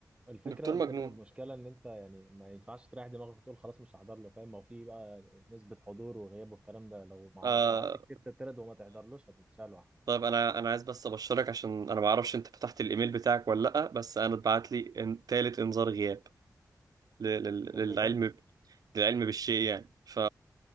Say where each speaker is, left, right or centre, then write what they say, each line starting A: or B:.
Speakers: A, on the right; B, on the right.
A: الفكره
B: دكتور
A: الفكره
B: مجنون
A: المشكله ان انت يعني ما ينفعش تريح دماغك وتقول خلاص مش هحضر له فاهم ما هو في بقى نسبه حضور وغياب والكلام ده لو مع...
B: آه
A: لو قعدت كتير تترد وما تحضرلوش هتتشال
B: طيب انا انا عايز بس ابشرك عشان انا ما اعرفش انت فتحت الايميل بتاعك ولا لا بس انا اتبعت لي إن- تالت انذار غياب ل- لل-
A: كان
B: للعلم
A: بجد
B: للعلم بالشيء يعني ف